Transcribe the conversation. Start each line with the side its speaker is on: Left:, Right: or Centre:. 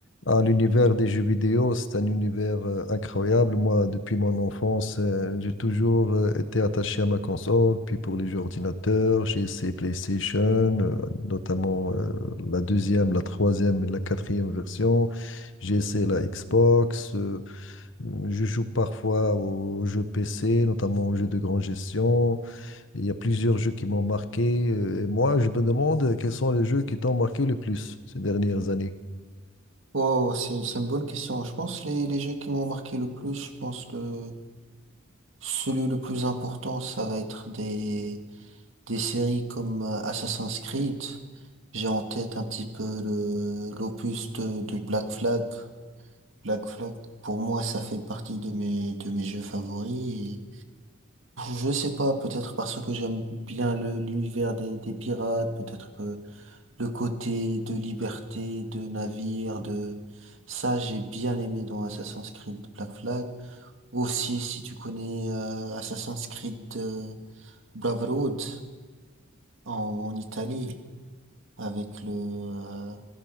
Left: Ah, l'univers des jeux vidéo, c'est un univers euh, incroyable. Moi, depuis mon enfance, euh, j'ai toujours euh, été attaché à ma console. Puis pour les jeux ordinateurs, j'ai essayé PlayStation, euh, notamment euh, la deuxième, la troisième et la quatrième version. J'ai essayé la Xbox. euh, je joue parfois aux jeux PC, notamment aux jeux de grande gestion. Il y a plusieurs jeux qui m'ont marqué. euh, Et moi, je me demande euh, quels sont les jeux qui t'ont marqué le plus ces dernières années.
Right: Wow, c'est, c'est une bonne question. Je pense les, les jeux qui m'ont marqué le plus, je pense le celui le plus important, ça va être des, des séries comme euh, Assassin's Creed. J'ai en tête un petit peu le l'opus de, de Black Flag. Black Flag, pour moi, ça fait partie de mes de mes jeux favoris. Et je sais pas, peut-être parce que j'aime bien le l'univers des, des pirates, peut-être que le côté de liberté, de navire, de... Ça, j'ai bien aimé dans Assassin's Creed Black Flag. Aussi, si tu connais euh, Assassin's Creed euh, Brotherhood en, en Italie, avec le euh,